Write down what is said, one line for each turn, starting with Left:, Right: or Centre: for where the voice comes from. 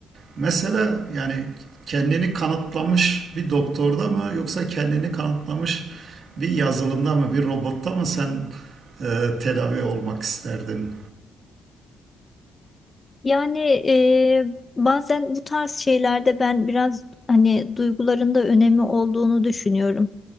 Right: Mesela yani kendini kanıtlamış bir doktorda mı yoksa kendini kanıtlamış bir yazılımda mı bir robotta mı sen e, tedavi olmak isterdin?
Left: Yani e, bazen bu tarz şeylerde ben biraz hani duyguların da önemi olduğunu düşünüyorum.